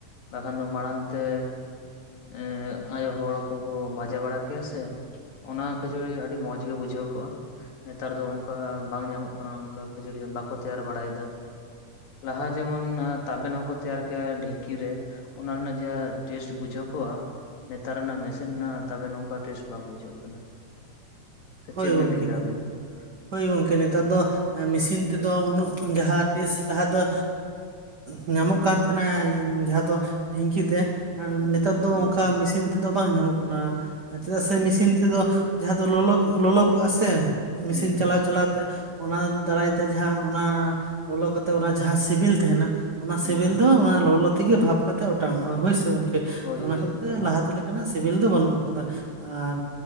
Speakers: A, on the left; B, on the right.
A: ᱵᱟᱠᱷᱟᱱ ᱫᱚ ᱢᱟᱲᱟᱝ ᱛᱮ ᱮᱸᱜ ᱟᱭᱳ ᱦᱚᱲ ᱠᱚᱠᱚ ᱵᱷᱟᱡᱟ ᱵᱟᱲᱟ ᱠᱮᱭᱟ ᱥᱮ ᱚᱱᱟ ᱠᱷᱟᱹᱡᱟᱹᱲᱤ ᱟᱹᱰᱤ ᱢᱚᱸᱡᱽ ᱜᱮ ᱵᱩᱡᱷᱟᱹᱣ ᱠᱚᱜᱼᱟ ᱱᱮᱛᱟᱨ ᱫᱚ ᱚᱝᱠᱟ ᱵᱟᱝ ᱧᱟᱢᱚᱜ ᱠᱟᱱᱟ ᱚᱝᱠᱟ ᱠᱷᱟᱹᱡᱟᱹᱲᱤ ᱵᱟᱠᱚ ᱛᱮᱭᱟᱨ ᱵᱟᱲᱟᱭᱮᱫᱟ ᱞᱟᱦᱟ ᱡᱮᱢᱚᱱ ᱛᱟᱵᱮᱱ ᱦᱚᱸᱠᱚ ᱛᱮᱭᱟᱨ ᱠᱮᱭᱟ ᱰᱷᱤᱝᱠᱤ ᱨᱮ ᱚᱱᱟ ᱨᱮᱱᱟᱜ ᱡᱟ ᱴᱮᱥᱴ ᱵᱩᱡᱷᱟᱹᱣ ᱠᱚᱜᱼᱟ ᱱᱮᱛᱟᱨ ᱨᱮᱱᱟᱜ ᱢᱤᱥᱤᱱ ᱨᱮᱱᱟᱜ ᱛᱟᱵᱮᱱ ᱚᱝᱠᱟ ᱴᱮᱥᱴ ᱵᱟᱝ ᱵᱩᱡᱷᱟᱹᱜ ᱠᱟᱱᱟ ᱥᱮ
B: ᱦᱳᱭ
A: ᱪᱮᱫ
B: ᱜᱚᱝᱠᱮ
A: ᱵᱮᱱ ᱞᱟᱹᱭ ᱮᱫᱟ ᱟᱵᱮᱱ
B: ᱦᱳᱭ ᱜᱚᱝᱠᱮ ᱱᱮᱛᱟᱨ ᱫᱚ ᱢᱮᱥᱤᱱ ᱛᱮᱫᱚ ᱩᱱᱟᱹᱜ ᱡᱟᱦᱟᱸ ᱴᱮᱥᱴ ᱞᱟᱦᱟ ᱛᱮᱫᱚ ᱮᱸᱻᱧᱟᱢᱚᱜ ᱠᱟᱱ ᱛᱟᱦᱮᱱᱟ ᱡᱟᱦᱟᱸ ᱫᱚ ᱰᱷᱤᱝᱠᱤ ᱛᱮ ᱱᱮᱛ ᱱᱮᱛᱟᱨ ᱫᱚ
A: ᱦᱩᱸ
B: ᱚᱝᱠᱟ ᱢᱤᱥᱤᱱ ᱛᱮᱫᱚ ᱵᱟᱝ ᱧᱟᱢᱚᱜ ᱠᱟᱱᱟ ᱪᱮᱫᱟᱜ ᱥᱮ ᱢᱤᱥᱤᱱ ᱛᱮᱫᱚ ᱡᱟᱦᱟᱸ ᱫᱚ ᱞᱚ ᱞᱚ ᱞᱚᱞᱚ ᱠᱚᱜᱼᱟ ᱥᱮ ᱢᱮᱥᱤᱱ
A: ᱦᱩᱸ ᱦᱩᱸ
B: ᱪᱟᱞᱟᱣ ᱪᱟᱞᱟᱣ ᱛᱮ ᱚᱱᱟ ᱫᱟᱨᱟᱭ ᱛᱮ ᱡᱟᱦᱟᱸ ᱚᱱᱟ ᱞᱚᱞᱚ ᱠᱟᱛᱮᱜ ᱚᱱᱟ ᱡᱟᱦᱟᱸ ᱥᱤᱵᱤᱞ ᱛᱟᱦᱮᱱᱟ ᱚᱱᱟ
A: ᱦᱩᱸ
B: ᱥᱤᱵᱤᱞ
A: ᱦᱩᱸ
B: ᱫᱚ ᱚᱱᱟ ᱞᱚᱞᱚ ᱛᱮᱜᱮ ᱵᱷᱟᱵ ᱠᱟᱛᱮ ᱚᱴᱟᱝᱚᱜᱼᱟ ᱦᱳᱭᱥᱮ ᱜᱚᱝᱠᱮ
A: ᱦᱳᱭ
B: ᱟ ᱚᱱᱟ
A: ᱦᱳᱭ
B: ᱠᱷᱟᱹᱛᱤᱨ
A: ᱮᱠᱫᱚᱢ
B: ᱞᱟᱦᱟᱛᱮ ᱞᱮᱠᱟ ᱱᱟᱜ ᱥᱤᱵᱤᱞ ᱫᱚ ᱵᱟᱹᱱᱩᱜ ᱟᱠᱟᱫᱟ ᱟᱨ